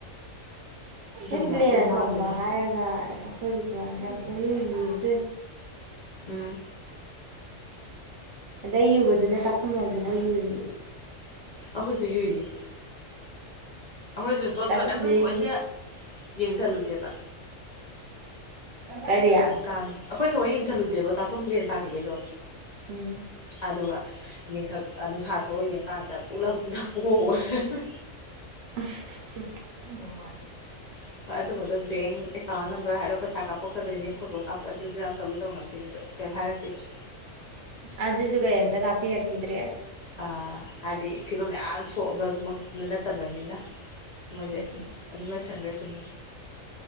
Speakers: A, on the left; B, on the right.
A: ꯑꯗꯨꯅ
B: ꯑꯩꯁ ꯂꯦꯅ
A: ꯂꯣꯏ ꯃꯥꯡꯗꯣꯏꯅꯦ
B: ꯊꯣꯡꯕ
A: ꯍꯥꯏꯕ
B: ꯍꯥꯏꯔꯒ ꯑꯩꯈꯣꯏꯒꯤ ꯆꯨꯔꯥꯟꯗ ꯄꯨꯛꯅꯤꯡ ꯌꯨꯔꯤꯗꯣꯏꯅꯤ
A: ꯎꯝ
B: ꯑꯗꯩ ꯌꯨꯕꯗꯨꯅ ꯆꯥꯛꯈꯨꯝ ꯍꯧꯖꯤꯛꯐꯧ ꯌꯨꯔꯤꯌꯦ
A: ꯑꯩꯈꯣꯏꯁꯨ ꯌꯨꯏꯌꯦ ꯑꯩꯈꯣꯏꯁꯨ ꯗꯣꯠ
B: ꯆꯥꯈꯨꯝꯖꯦ
A: ꯗꯣꯠꯅꯦ ꯑꯩꯈꯣꯏ ꯊꯑꯣꯏꯅ ꯌꯦꯡꯁꯜꯂꯨꯗꯦꯕ
B: ꯀꯔꯤ
A: ꯀꯥꯟ ꯑꯩꯈꯣꯏ ꯊꯑꯣꯏ ꯌꯦꯡꯁꯤꯜꯂꯨꯗꯦꯕ ꯆꯥꯛꯈꯨꯝ ꯂꯦꯟ ꯇꯥꯈꯤꯕꯩꯗꯣ
B: ꯎꯝ
A: ꯑꯗꯨꯒ ꯌꯦꯡꯊꯛ ꯅꯨꯡꯁꯥ ꯊꯣꯛꯑ ꯌꯦꯡꯀꯥꯟꯗ ꯄꯨꯛꯂꯞ ꯄꯨꯡꯍꯣ ꯍꯣ ꯂꯩꯔꯝꯃꯦ
B: <inaudible>
A: <unintelligible> ꯕꯦꯡ ꯑꯦꯀꯥꯎꯟ ꯅꯝꯕꯔ ꯍꯥꯏꯔꯣ ꯄꯩꯁꯥ ꯀꯥꯞꯄꯛꯀꯗꯣꯏꯅꯤ ꯐꯣꯇꯣ ꯀꯥꯞꯄ ꯑꯗꯨꯗ ꯌꯥꯝ ꯇꯧꯗꯤ ꯇꯧꯅꯈꯤ ꯑꯗꯣ ꯀꯩꯝ ꯍꯥꯏꯔꯛꯈꯤꯗ꯭ꯔꯦ
B: ꯑꯗꯨꯁꯨ ꯀꯔꯤꯝꯇ ꯀꯥꯞꯄꯤꯔꯛꯈꯤꯗ꯭ꯔꯦ
A: ꯑꯥ ꯍꯥꯏꯗꯤ ꯐꯤꯕꯝ ꯌꯥꯝ ꯁꯣꯛꯑꯕꯗꯨ ꯅꯠꯇꯕꯅꯤꯅ ꯃꯣꯏꯁꯦ
B: ꯎꯝ
A: ꯑꯗꯨꯝ ꯂꯩꯁꯟꯈ꯭ꯔꯦ ꯇꯨꯃꯤ